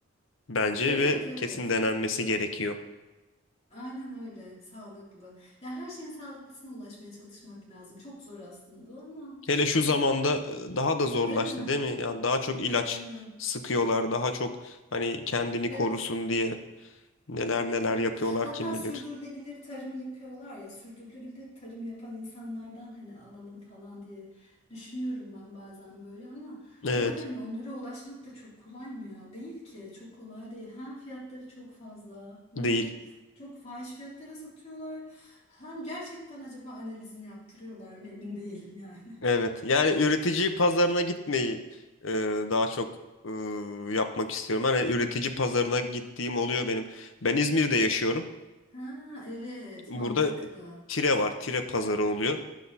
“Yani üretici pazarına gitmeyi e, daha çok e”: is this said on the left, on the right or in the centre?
Left